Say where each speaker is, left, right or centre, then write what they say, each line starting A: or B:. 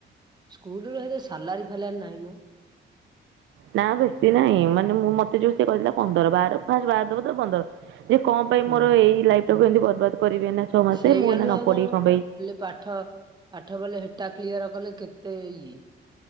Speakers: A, on the right; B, on the right.
A: ସ୍କୁଲ୍ ର ସେତେ ସାଲାରୀ ଫାଲାରୀ ନାହିଁ ମୋ।
B: ନା ବେଶୀ ନାହିଁ ମାନେ ମୁଁ ମୋତେ ଯୋଉ ସେ କହିଥିଲା ପନ୍ଦର ବାର ଫାଷ୍ଟ ବାର ଦବ ତା ପରେ ପନ୍ଦର। ଯେ କଣ ପାଇଁ
A: ହୁଁ।
B: ମୋର ଏଇ ଲାଇଫ୍ ଟାକୁ ଏମିତି ବର୍ବାଦ କରିବି ଏଇନା ଛଅ ମାସେ
A: ସେଇଆ
B: ମୁଁ ଏଇନା
A: ନୁହେଁ
B: ନ
A: ଆଉ
B: ପଢ଼ିକି
A: କଣ
B: ପାଇଁ
A: ହେଲା ପାଠ ପାଠ ବଲେ ହେ ଟା କ୍ଲିୟର୍ କଲେ କେତେ ଇଏ।